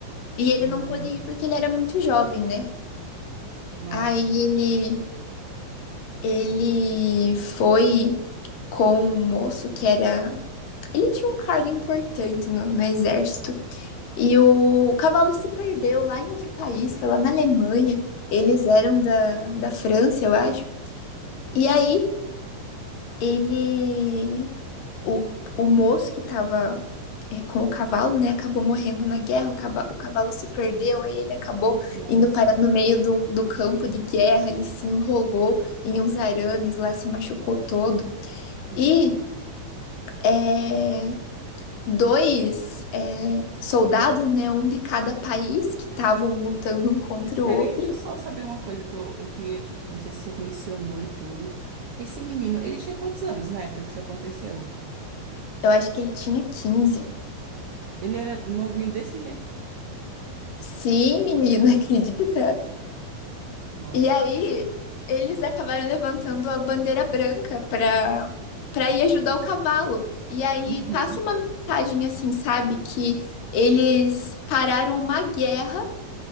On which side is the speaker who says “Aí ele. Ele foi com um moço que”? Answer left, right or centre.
Left